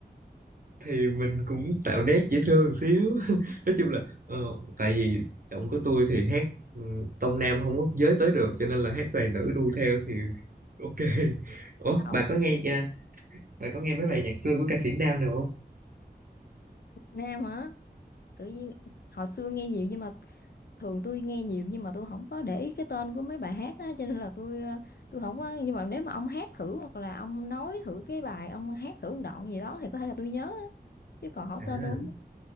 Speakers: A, on the right (about 55°); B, on the left (about 70°).
A: thì mình cũng tạo nét dễ thương xíu <laughs> nói chung là ờ, tại vì giọng của tôi thì hát ừ, tông nam không có giới tới được cho nên là hát về nữ đu theo thì ok <laughs> ủa
B: ông
A: bà có nghe nha bà có nghe mấy bài nhạc xưa của ca sĩ nam nào không
B: Nam hả tự nhiên hồi xưa nghe nhiều nhưng mà thường tôi nghe nhiều nhưng mà tôi không có để ý cái tên của mấy bài hát á cho nên là tôi ờ, tôi không có nhưng mà nếu mà ông hát thử hoặc là ông nói thử cái bài ông hát thử một đoạn gì đó thì có thể là tôi nhớ á. chứ còn hỏi
A: à
B: tên tôi không